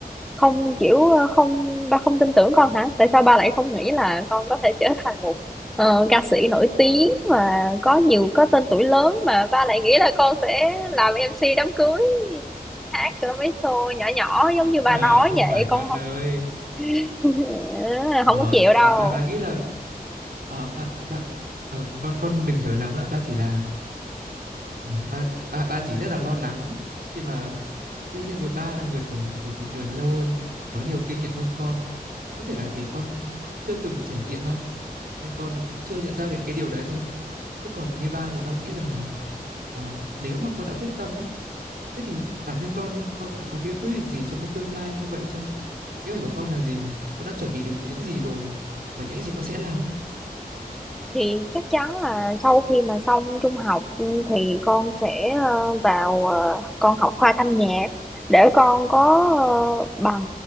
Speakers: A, in the centre; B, on the right.
A: không kiểu ờ, không ba không tin tưởng con hả tại sao ba lại không nghĩ là con có thể trở thành một ờ, ca sĩ nổi tiếng và có nhiều có tên tuổi lớn mà ba lại nghĩ là con sẽ làm em MC đám cưới hát cỡ mấy show nhỏ nhỏ giống như ba
B: À
A: nói
B: không
A: vậy
B: phải con
A: con không
B: ơi.
A: <laughs>
B: Ờ,
A: không có chịu đâu
B: à, bà bà nghĩ là ờ, bà bà ờ, con con đừng hiểu lầm á, ba chỉ là Ờ, ba, ba, ba chỉ rất là lo lắng khi mà tuy nhiên rồi ba là người ở ở cuộc đời lâu hơn có nhiều kinh nghiệm hơn con có thể là vì con chưa từng trải nghiệm mà nên con chưa nhận ra được cái điều đấy thôi chứ còn như ba thì ba nghĩ rằng là ờ, nếu mà con đã quyết tâm á thế thì bản thân con đi con đã có cái kế hoạch gì cho cái tương lai như vậy chưa kế hoạch của con là gì con đã chuẩn bị được những gì rồi và những gì con sẽ làm ấy
A: thì chắc chắn là sau khi mà xong trung học ừ, thì con sẽ ờ, vào ờ, con học khoa thanh nhạc để con có ờ, bằng